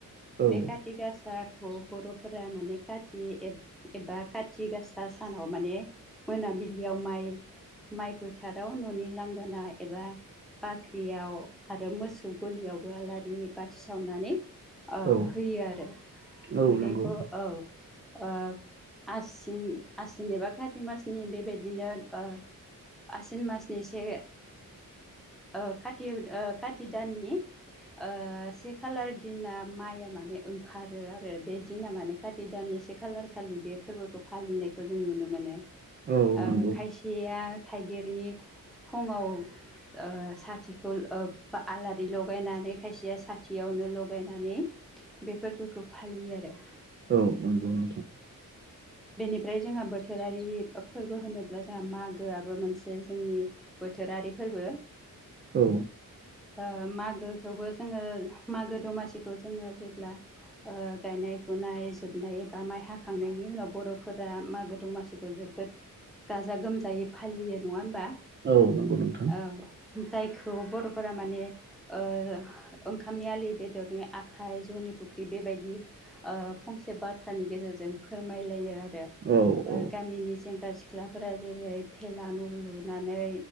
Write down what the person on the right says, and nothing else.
औ
औ
औ नंगौ
औ
नंगौ
औ नंगौ नोंथां ।
औ।
औ नंगौ नोंथां।
औ औ